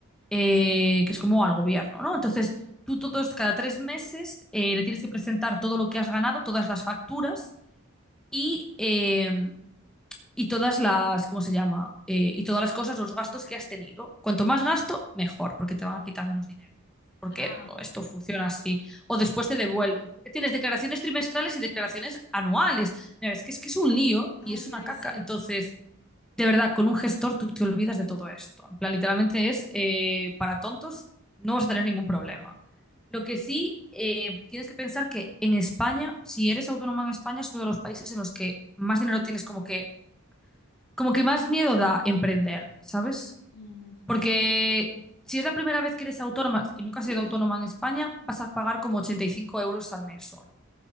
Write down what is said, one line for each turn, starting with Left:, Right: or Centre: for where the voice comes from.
Centre: eh, que es como al gobierno, ¿no? Entonces, tú todos, cada tres meses, eh, le tienes que presentar todo lo que has ganado, todas las facturas y, eh, y todas las, ¿cómo se llama? Eh, y todas las cosas, los gastos que has tenido. Cuanto más gasto, mejor, porque te van a quitar menos dinero. No sé ¿Por
Left: Ah,
Centre: qué? Pero
Left: bueno.
Centre: esto funciona así. O después te devuelven. Porque tienes declaraciones trimestrales y declaraciones anuales. Mira, es que es que es un lío
Left: Ay,
Centre: y es una
Left: ay,
Centre: caca.
Left: sí.
Centre: Entonces, de verdad, con un gestor tú te olvidas de todo esto. En plan, literalmente
Left: Ok.
Centre: es eh, para tontos, no vas a tener ningún problema. Lo que sí eh, tienes que pensar que en España, si eres autónoma en España, es uno de los países en los que más dinero tienes, como que, como que más miedo da emprender, ¿sabes?
Left: Ujú.
Centre: Porque si es la primera vez que eres autónoma y nunca has
Left: <clears throat>
Centre: sido autónoma en España, vas a pagar como 85 euros al mes solo,